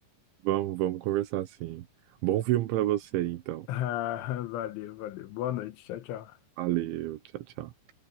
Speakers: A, on the right (about 80°); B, on the left (about 85°).
A: Vamos, vamos conversar assim. Bom filme para você então.
B: Ah, valeu, valeu. Boa noite. Tchau, tchau.
A: Valeu, tchau, tchau.